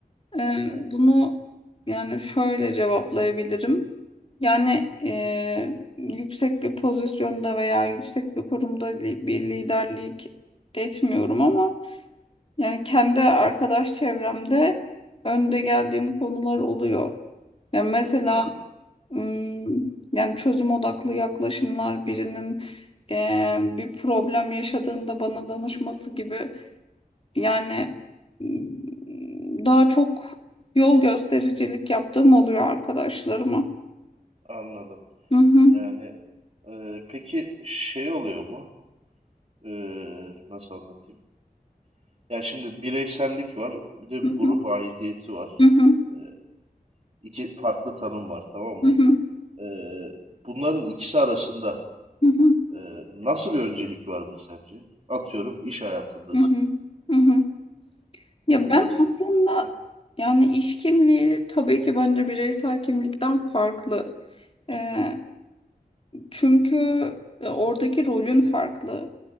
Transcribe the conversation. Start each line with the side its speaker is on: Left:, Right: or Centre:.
Right: Ha,
Left: e,
Right: evet.
Left: bunu yani şöyle cevaplayabilirim. Yani e, yüksek bir pozisyonda veya yüksek bir kurumda li- bir liderlik etmiyorum ama yani
Right: Hı
Left: kendi
Right: hı.
Left: arkadaş çevremde önde geldiğim konular oluyor. Ya mesela
Right: Hı,
Left: ım, yani çözüm odaklı yaklaşımlar birinin eee, bir problem yaşadığında bana danışması gibi yani ım, daha çok yol göstericilik yaptığım oluyor arkadaşlarıma.
Right: anladım.
Left: Hı hı,
Right: Yani e, peki şey oluyor mu? E, nasıl anlatayım? Ya şimdi bireysellik var, bir de
Left: hı
Right: grup
Left: hı,
Right: aidiyeti var.
Left: hı hı,
Right: Ee, iki farklı tanım var, tamam mı?
Left: hı hı,
Right: Ee, bunların ikisi arasında
Left: hı hı,
Right: e, nasıl bir öncelik vardır sence? Atıyorum iş hayatındasın.
Left: hı hı, hı hı. Ya
Right: Ee,
Left: ben aslında
Right: hah,
Left: yani iş kimliği tabii ki bence bireysel kimlikten farklı. Eee, çünkü e, oradaki rolün farklı.